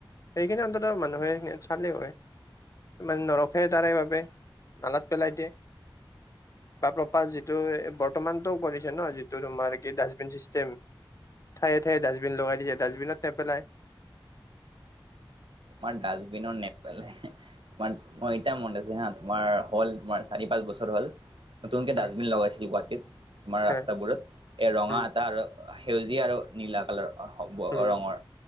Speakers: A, on the left; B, on the right.
A: সেইখিনি অন্তত মানুহে চালে হয়। মানে নৰখে তাৰে বাবে নালাত পেলাই দিয়ে। বা প্ৰপাৰ যিটো বৰ্তমানতটো কৰিছে ন, যিটো তোমাৰ কি ডাষ্টবিন চিষ্টেম ঠায়ে ঠায়ে ডাষ্টবিন লগাই দিছে, ডাষ্টবিনত নেপেলায়।
B: তোমাৰ ডাষ্টবিনত নে পেলাই তোমাৰ মই এতিয়াও মনত আছে হা, তোমাৰ হ'ল তোমাৰ চাৰি পাঁচ বছৰ হ'ল। নতুনকে
A: হয়
B: ডাষ্টবিন লগাইছিলো গুৱাহাটীত তোমাৰ ৰাস্তাবোৰত।
A: হয়
B: এ ৰঙা
A: উম
B: এটা আৰু সেউজিয়া আৰু নীলা কালাৰ হ'ব
A: উম
B: ৰঙৰ।